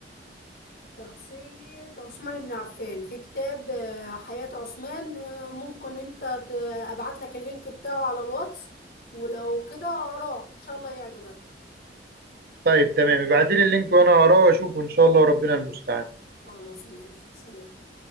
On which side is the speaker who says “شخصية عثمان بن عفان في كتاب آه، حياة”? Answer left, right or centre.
Left